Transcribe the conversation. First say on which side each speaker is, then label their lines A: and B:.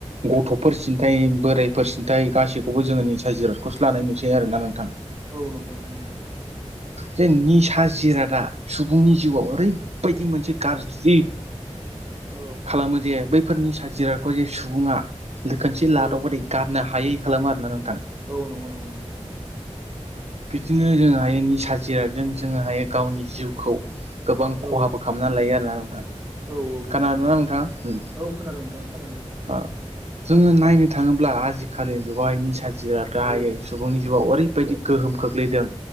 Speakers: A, on the right; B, on the right.
A: गथफोर सिन्थाय बोराइफोर सिन्थाय गासैखौबो जोङो निसा जिरादखौसो लानाय नुसै आरोना नोंथां।
B: औ नोंगौ नोंगौ नोंथां।
A: जे निसा जिरादा सुबुंनि जिउआव ओरैबायदि मोनसे गाज्रि।
B: औ
A: खालामो जे बैफोरनि साजिराखौ जे सुबुङा। खोनसे लादावबाथाय
B: औ
A: गारनो हायै खालामो आरो ना नों
B: औ नोंगौ नोंगौ नोंथां।
A: बिदिनो जोंहाय निसा जिरादजों जोङोहाय गावनि जिउखौ गोबां। गोबां
B: औ
A: खहाबो खालामनानै लायो आरोना नोंथां।
B: औ औ नंगौ
A: खानादों
B: नंगौ
A: ना नोंथां उम
B: औ खोनादों नोंथां खोनादों
A: आ जोङो नायनो थाङोब्ला आजिखालिनि जुगावहाय निसा जिरादा
B: औ
A: आयो सुबुंनि जिउआव ओरै बायदि गोहोम खोख्लैदों